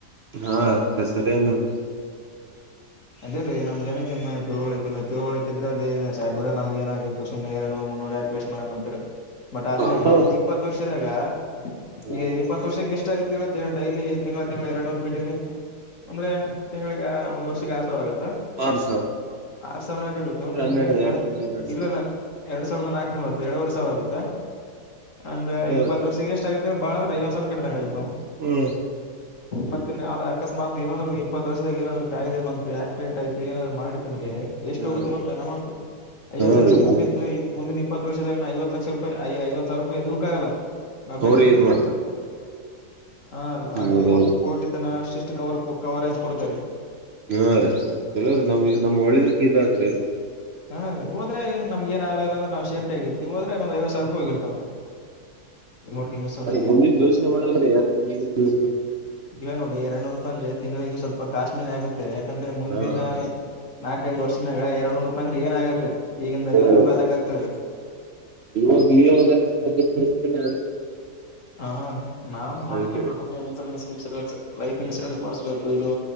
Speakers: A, on the right; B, on the left.
A: ಹಾ ಕ ಸರಿ ನೋಡ್ರ
B: ಅದೇ ರೀ ನಮ ಜನಕ್ಕಿನ್ನ ತಿಳಿವಳಿಕೆ ಇಲ್ಲ ತಿಳಿವಳಿಕೆ ಇದ್ರ ಅಲ್ಲಿನ ಸ ಬಿಡ ನಮಗೇನ್ ಆಗತ್ತು ಸುಮ್ನೆ ಎರಡನೂರು ಮುನ್ನೂರು ಯಾಕ್ ವೇಸ್ಟ್ ಮಾಡನ ಅಂತರಿ ಬಟ್ ಅದನ್ನೇ
A: ಆತಾವ್ರ
B: ಒಂದ್ ಇಪ್ಪತ್ತು ವರ್ಷದಾಗ
A: ಹಾ
B: ಈಗ
A: ರೀ
B: ಇಪ್ಪತ್ತು ವರ್ಷಕ್ಕೆ ಎಷ್ಟ ಷ್ಟ ಡೈಲಿ ತಿಂಗಳ ತಿಂಗಳ ಎರಡ್ ನೂರು ಕಟ್ಟಿದ್ರಿ ಅಂದ್ರೆ ತಿಂಗಳಿಗೆ ಒಂದ ಆರು ಸಾವಿರ ಆಗುತ್ತಾ
A: ಆರ್ ಸಾವಿರ
B: ಆರ್ ಸಾವಿರ ಯಾಕಾಗುತ್ತ ಕಡಿಮೆ
A: ಹನ್ನೆರಡು
B: ಆಗುತ್ತಾ
A: ಎರಡ್ ತಿಂಗಳ ಹನ್ನೆರಡು
B: ಇಲ್ಲಲ್ಲ
A: ಸಾವಿರ
B: ಎರಡ್ ಸಾವಿರದ ನಾಕ್ನೂರು ಆಗುತ್ತೆ ಎರಡುವರೆ ಸಾವಿರ ಆಗುತ್ತೆ ಅಂದ್
A: ಹಾ
B: ಇಪ್ಪತ್ತು
A: ರೀ
B: ವರ್ಷಕ್ಕೆ ಎಷ್ಟ ಆಗುತ್ತೆ ಬಾಳಂದ್ರ ಐವತ್ತು ಸಾವ್ರ ಕಟ್ಟಿದದಗಗತ್ತಾ ನಾವು
A: ಹ್ಮ್
B: ಮತ್ತೆ ಆದೆ ಅಕಸ್ಮಾತ್ ಏನಾದ್ರು ಇಪ್ಪತ್ ವರ್ಷದಗ ಏನಾದ್ರು ಕಾಯಿಲೆ ಬಂತು ಆಕ್ಸಿಡೆಂಟ್ ಆಯ್ತು ಏನಾದ್ ಮಾಡ ಂದ್ರೆ ಎಷ್ಟು
A: ಹಾ
B: ಹೋಗುತ್ತ
A: ರೀ
B: ಗೊತ್ತಾನ ಅಮೌಂಟ್ ಐವತ್ತು
A: ಹಾ
B: ಲಕ್ಷ
A: ರೀ
B: ಮುಂದಿನ ಮುಂದಿನ ಇಪ್ಪತ್ತು ವರ್ಷದಾಗ ನ ಐವತ್ತು ಲಕ್ಷ ರೂಪಾಯ ಐವತ್ತ್ ಸಾವಿರ ರೂಪಾಯಿ ಎದಕ್ಕೂ ಆಗಲ್ಲ ನಾವ್
A: ಅವ್ರ
B: ಕಟ್ಟಿದ್ದೆ
A: ಈದ್ ಮಾಡ್ತಾರ
B: ಹಾ ರ ಅಲ್ಲಿ
A: ಹೌದೌದು
B: ಒಂದು ಕೋಟಿ ತನ ಅಷ್ಟಿಷ್ಟು ಕವರ್ ಕವರೈಜ್ ಕೊಡ್ತಾರ್ರಿ
A: ಹಾ ರೀ ಚಲೋ ರೀ ನಮ್ ನಮ್ಮ್ ಒಳ್ಳದಕ್ಕೆ ಇದಾದ್ರಿ ಅದು
B: ಹಾ ಹೋದ್ರೆ ಏನ್ಮ್ ಏ ಆಗ್ಲಿಲ್ಲ ಅಂದ್ರ ನವು ಸೇಫ್ಟ ಆಗರ್ತಿವಿ ಹೋದ್ರೆ ಒಂದ್ ಐವತ್ತ್ ಸಾವ್ರ ರೂಪ ಹೋಗಿರ್ತಾವ ಈಗ ನೋಡ್ರಿ ಇನ್ನುಸರಿ
A: ಮುಂದಿಂದ್ ಯೋಚನೆ ಮಾಡಲ್ರಿ ಯಾಕಂದ್ರೆ ಯ
B: ಇವ ನೋಡಿ ಎರಡನೂರ್ ರೂಪಾಯಿ ಅಂದ್ರೆ ತಿಂಗಳಿಗೆ ಸ್ವಲ್ಪ ಕಾಸ್ಟ್ಲಿನ ಆಗುತ್ತೆ ಯಾಕಂದ್ರೆ ಮುಂದಿನ
A: ಹಾ ಹಾ
B: ನಾಕೈದು ವರ್ಷನಾಗ ಎರಡ್ನೂರು ರೂಪಾಯಿ ಅಂದ್ರೆ ಏನ್ ಆಗಲ್ರರಿ ಈಗಿಂದ
A: ಹೌದ
B: ಐವತ್ ರೂಪಾಯಿ ಆದಂಗ ಆಗ್ತದ್ರೀ
A: ಇವಾಗ ಇವಾಗಷ್ಟು ಸದ್ಯ ಪರಿಸ್ಥಿತಿ
B: ಹಾ ನಾನು ಮಾಡಸ್ಬೇಕ್ರ
A: ಅದಕ್ಕೆ ರೀ
B: ಸು ಇನ್ಶೂರೆನ್ಸ್ ಇನ್ಶೂರೆನ್ಸ್ ಲೈಫ್ ಇನ್ಶೂರೆನ್ಸ್ ಮಾಡ್ಸ್ಬೇಕು ಇದು